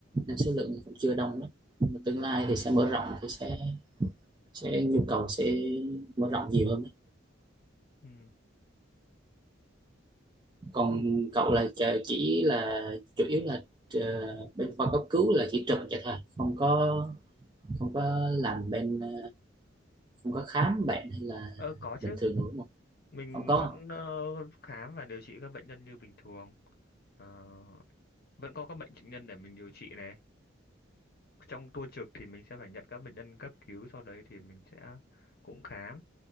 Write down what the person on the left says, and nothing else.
Ừ.
Không,
ờ, có chứ.
Mình
vẫn ờ, khám và điều trị các bệnh nhân như bình thường. Ờ, vẫn có các bệnh bệnh nhân để mình điều trị này. Trong tua trực thì mình sẽ phải nhận các bệnh nhân cấp cứu, sau đấy thì mình sẽ cũng khám.